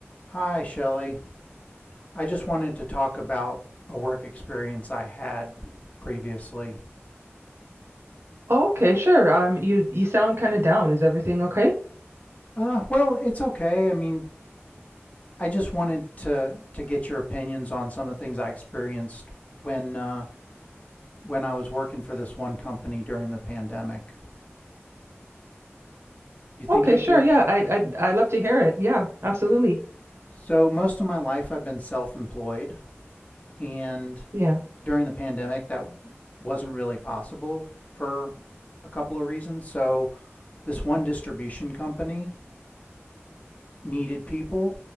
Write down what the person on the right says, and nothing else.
Okay, sure. Um, you you sound kind of down. Is everything okay?
Okay,
sure.
Yeah, I I I love to hear it. Yeah, absolutely.
Yeah,